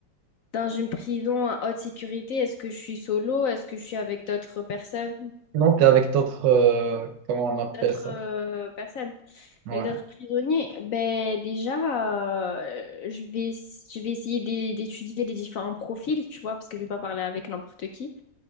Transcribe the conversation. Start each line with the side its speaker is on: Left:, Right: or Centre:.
Left: dans une prison à haute sécurité? Est-ce que je suis solo? Est-ce que je suis avec d'autres personnes?
Right: Non, t'es avec d'autres, euh, comment on appelle
Left: D'autres
Right: ça?
Left: euh, personnes?
Right: Ouais.
Left: Avec d'autres prisonniers? Ben, déjà, euh, je vais, je vais essayer d'é- d'étudier les différents profils, tu vois, parce que je vais pas parler avec n'importe qui.